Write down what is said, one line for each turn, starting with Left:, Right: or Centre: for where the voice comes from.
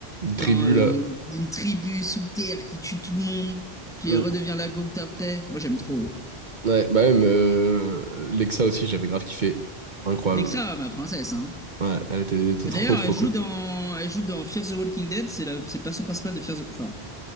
Centre: d'un,
Right: tribus,
Centre: euh,
Right: là.
Centre: d'une tribu sous terre qui tue tout le monde. Puis
Right: Mm.
Centre: elle redevient la gocte après. Moi, j'aime trop.
Right: Ouais, bah même euh, Lexa aussi, j'avais grave kiffé. Incroyable.
Centre: Lexa, ma princesse, hein.
Right: Ouais, elle était, était
Centre: Bah,
Right: trop,
Centre: D'ailleurs,
Right: trop
Centre: elle joue
Right: cool.
Centre: dans, elle joue dans Fear the Walking Dead. C'est la, c'est le personnage principal de Fear the, enfin,